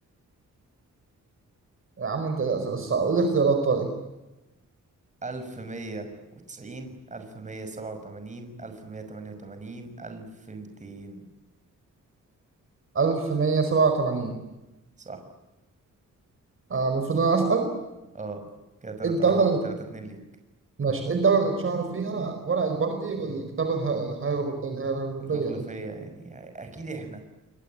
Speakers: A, on the right (about 40°); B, on the right (about 25°).
A: يا عم انت لا بس قول لي اختيارات طيب
B: ألف مية وتسعين ألف مية سبعة وتمانين ألف مية تمانية وتمانين ألف ميتين
A: 1187
B: صح
A: آه المفروض انا اسأل
B: اه كده تلاتة
A: ايه الدولة
B: واحد
A: اللي
B: تلاتة اتنين ليك
A: ماشي ايه الدولة اللي اتشهر فيها ورق البردي والكتابة الهي- الهيرو- الهيروغليفية
B: رغل
A: دي
B: فيا يعني أكيد احنا